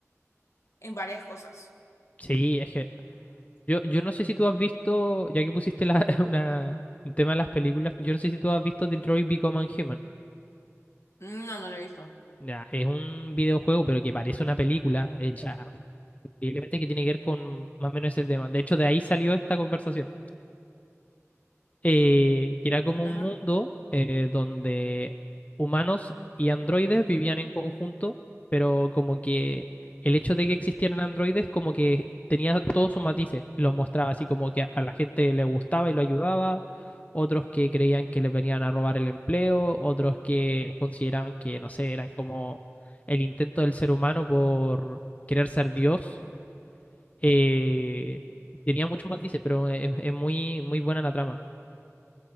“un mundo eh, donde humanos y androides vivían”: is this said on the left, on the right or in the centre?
Left